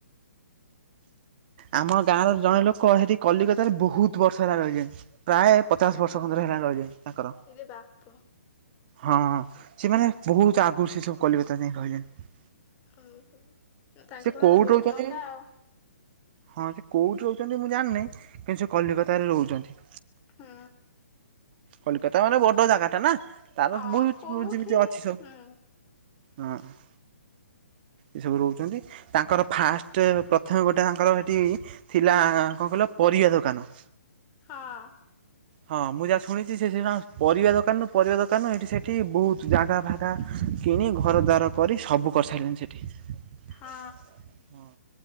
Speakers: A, on the right; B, on the left.
A: ଆମ ଗାଁର ଜଣେ ଲୋକ ହେଠି କଲିକତାରେ ବହୁତ ବର୍ଷ ହେଲା ରହିଲାଣି। ପ୍ରାୟ ପଚାଶ ବର୍ଷ
B: ହଁ
A: ଖନ୍ଦର ହେଲାଣି ରହିଲେଣି ତାଙ୍କର।
B: ଇରେ ବାପ
A: ହଁ ସେମାନେ ବହୁତ ଆଗରୁ ସେ ସବୁ କଲିକତା ଯାଇ ରହିଲେଣି।
B: ଉଁ ହୁଁ ତାଙ୍କ
A: ସେ
B: ପାଖରେ
A: କୋଉଠି
B: ବହୁତ
A: ରହୁଛନ୍ତି
B: ଟଙ୍କା ଆଉ।
A: ହଁ ସେ କୋଉଠି ରହୁଛନ୍ତି ମୁଁ ଜାଣିନେଇଁ କିନ୍ତୁ ସେ କଲିକତାରେ ରହୁଛନ୍ତି।
B: ହୁଁ।
A: କଲିକତା ମାନେ ବଡ ଜାଗାଟା ନା ତାର
B: ହଁ
A: ବୁଜ
B: କୋଉଠି
A: ବୁଜ୍ ଯେମିତି ଅଛି ସବୁ।
B: ହୁଁ
A: ହଁ। ଏସବୁ ରହୁଚନ୍ତି ତାଙ୍କର ଫାଷ୍ଟ ପ୍ରଥମେ ଗୋଟେ ତାଙ୍କର ହେଠି ଥିଲା କଁ କଇଲ ପରିଆ ଦୋକାନ।
B: ହଁ।
A: ହଁ ମୁଁ ଯାଆ ଶୁଣି ସେ ଯିନ ପରିବା ଦୋକାନରୁ ପରିବା ଦୋକାନ ଏଠି ସେଠି ବହୁତ ଜାଗା ଫାଗା କିଣି ଘର ଦ୍ୱାର କରି ସବୁ କରିସାରିଲେଣି ସେଠି
B: ହଁ।
A: ହଁ।